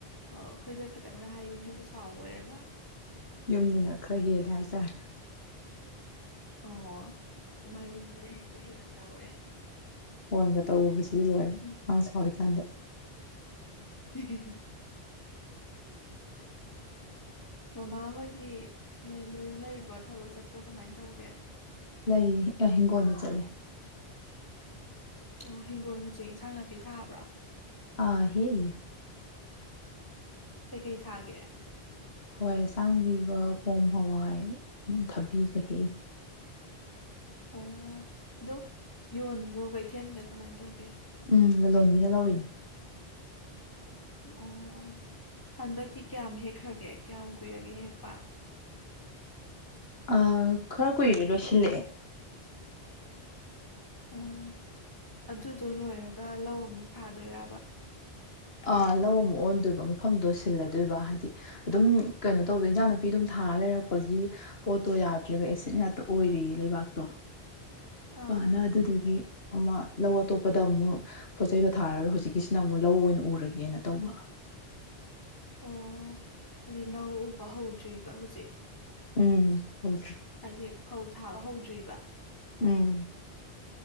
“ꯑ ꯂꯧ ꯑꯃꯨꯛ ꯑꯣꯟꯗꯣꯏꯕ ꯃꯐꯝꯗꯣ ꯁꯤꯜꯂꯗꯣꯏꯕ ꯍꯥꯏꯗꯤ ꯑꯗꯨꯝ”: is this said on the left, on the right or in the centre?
Left